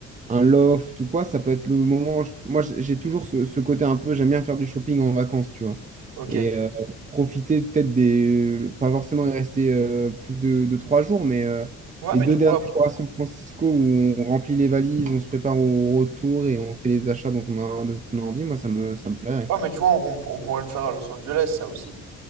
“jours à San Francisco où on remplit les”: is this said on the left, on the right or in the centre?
Right